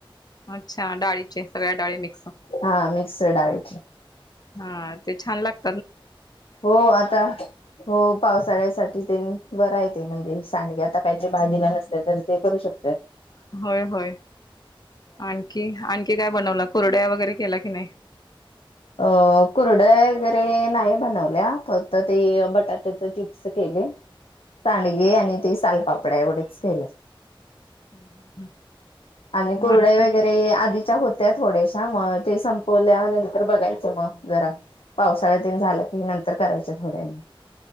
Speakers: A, on the left; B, on the left.
A: अच्छा डाळीचे सगळ्या डाळी मिक्स.
B: हा मिक्स डाळीची.
A: हा ते छान लागत.
B: हो आता हो पावसाळ्यासाठी ते बरा आहे. म्हणजे सांडगे आता काहीच्या भाजीला
A: होय
B: नसते तर ते करू शकत.
A: होय होय आणखी आणखी काय बनवला कोरड्या वगैरे केला की नाही
B: अ कुरड्या वगैरे नाही बनवल्या फक्त ते बटाट्याचे चिप्स केले.
A: ह
B: सांडगे आणि ते सालपापड एवढेच केलं.
A: हम्म
B: आणि कुरडे
A: आणखी
B: वगैरे आधी. होत्या थोड्याशा मग ते संपल्या नंतर बघायच मग जरा. पावसाळ्या दिन झालं की नंतर करायच थोड्यानी.